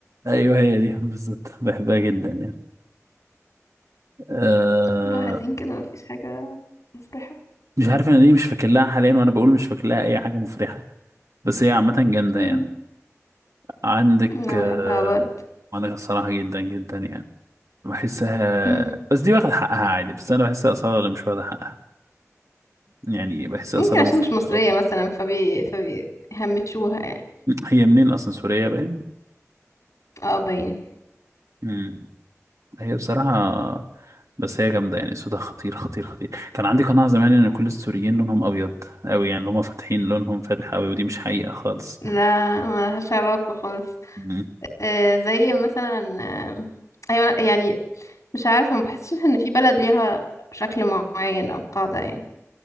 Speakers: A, on the right; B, on the left.
A: ايوه هي دي بالظبط بحبها جدا يعني آه
B: بس كله حزين كده مفيش حاجة مفرحة
A: مش عارف انا ليه مش فاكر لها حاليا وانا بقول مش فاكر لها اي حاجه مفرحه بس هي عامه جامده
B: مم.
A: يعني عندك
B: انا
A: آه،
B: بحبها برضه
A: عندك الصراحة جدا جدا يعني بحسها
B: مم.
A: بس دي واخد حقها عادي بس أنا بحسها أصالة اللي مش واخدة حقها يعني بحسها
B: ممكن
A: أصالة
B: عشان
A: مفضلة
B: مش مصرية مثلا فبي فبيهمشوها يعني
A: هي منين أصلا سورية باين
B: اه باين
A: مم. هي بصراحة بس هي جامدة يعني صوتها خطير خطير خطير كان عندي قناعة زمان إن كل السوريين لونهم أبيض أوي يعني اللي هما فاتحين لونهم فاتح أوي ودي مش حقيقة خالص
B: لا ملهاش علاقة خالص
A: مم.
B: آه زي مثلا آه ايوه لأ، يعني مش عارفة ما بحسش ان في بلد ليها شكل معين او قاعدة يعني